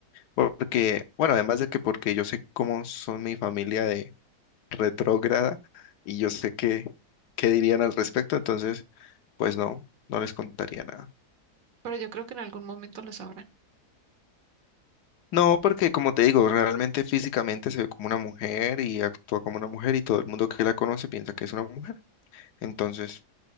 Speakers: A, on the left (about 80°); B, on the right (about 60°).
A: Porque, bueno, además de que porque yo sé cómo son mi familia retrógrada y yo sé qué, qué dirían al respecto, entonces, pues no, no les contaría nada.
B: Pero yo creo que en algún momento lo sabrán.
A: No, porque como te digo, realmente físicamente se ve como una mujer y actúa como una mujer y todo el mundo que la conoce piensa que es una mujer, entonces